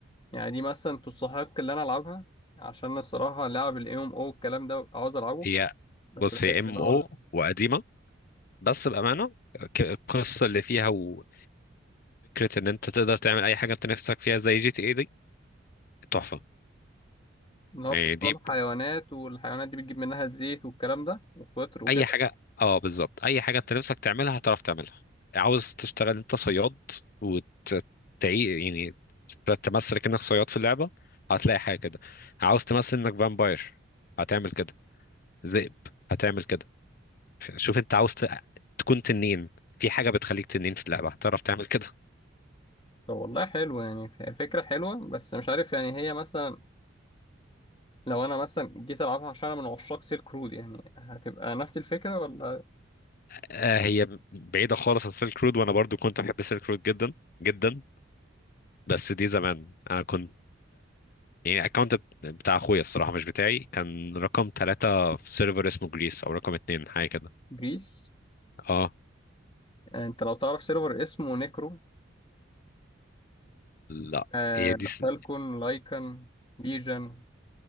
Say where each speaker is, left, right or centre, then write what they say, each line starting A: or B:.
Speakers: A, on the left; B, on the left.
A: يعني دي مثلا تستحق اللي انا العبها عشان الصراحة لعب الام او الكلام ده عاوز العبه
B: هي
A: بس
B: بص
A: بحس
B: هي ام
A: ان هو
B: او وقديمة بس بأمانة ك- القصة اللي فيها وفكرة ان انت تقدر تعمل اي حاجة انت نفسك فيها زي جي تي اي دي تحفة
A: ان هو
B: يعني
A: بتتصاد
B: دي ب...
A: حيوانات والحيوانات دي بتجيب منها الزيت والكلام ده وفطر وكده
B: اي حاجة اه بالظبط اي حاجة انت نفسك تعملها هتعرف تعملها عاوز تشتغل انت صياد وتعي يعني تمثل انك صياد في اللعبة هتلاقي حاجة كده عاوز تمثل انك فامباير هتعمل كده ذئب هتعمل كده شوف انت عاوز ت- تكون تنين في حاجة بتخليك تنين في اللعبة هتعرف تعمل كده
A: طب والله حلو يعني هي فكرة حلوة بس مش عارف يعني هي مثلا لو انا مثلا جيت العبها عشان انا من عشاق سيلك رود يعني هتبقى نفس الفكرة ولا
B: آه هي بعيدة خالص عن سيلك رود وانا برضو كنت بحب سيلك رود جدا جدا بس دي زمان انا كنت يعني الاكونت بتاع اخويا الصراحة مش بتاعي كان رقم ثلاثة في سيرفر اسمه جريس او رقم اتنين حاجة كده
A: جريس
B: اه
A: انت لو تعرف سيرفر اسمه نيكرو
B: لا
A: آه
B: هي دي س-
A: فالكون لايكن ليجن